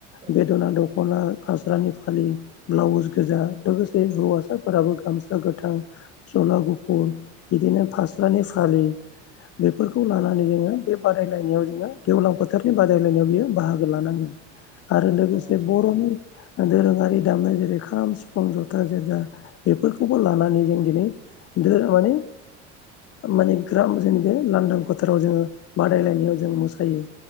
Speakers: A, on the right (about 20°); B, on the left (about 40°).
A: औ
B: बेदना दख'ना फास्रानि फालि ब्लाउस गोजा लोगोसे हौवासाफोराबो गामसा गोथां गस्ला गुफुर बिदिनो फास्रानि फालि बेफोरखौ लानानै
A: औ
B: जोङो बे बादायनायाव जोङो गेवलां फोथारनि बादायलायनायाव बियो बाहागो लानांगोन आरो लोगोसे
A: औ नोंथां
B: बर'नि दोरोङारि दामनाय जेरै खाम, सिफुं, ज'था, जेरजा बेफोरखौबो लानानै जों दिनै दोरो माने माने ग्र <unintelligible> जोंनि <unintelligible> बे लांदां फोथाराव जोङो बादायलायनायाव जों मोसायो